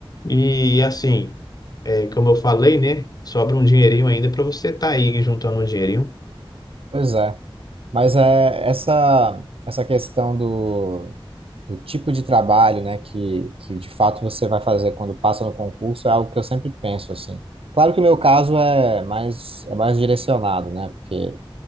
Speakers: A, on the left; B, on the right.
A: e assim, eh, como eu falei, né? Sobra um dinheirinho ainda para você estar aí juntando um dinheirinho.
B: Pois é. Mas é, essa, essa questão do, do tipo de trabalho, né, que, que de fato você vai fazer quando passa no concurso é algo que eu sempre penso, assim. Claro que o meu caso é mais, é mais direcionado, né, porque